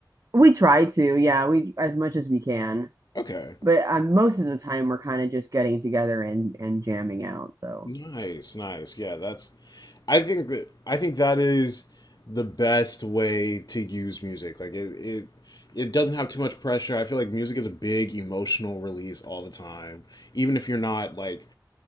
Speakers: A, on the right; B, on the left.
A: We try to, yeah, we as much as we can.
B: Okay.
A: but um, most of the time we're kind of just getting together and and jamming out. So
B: Nice, nice. Yeah, that's I think that I think that is the best way to use music. Like it it it doesn't have too much pressure. I feel like music is a big emotional release all the time. Even if you're not like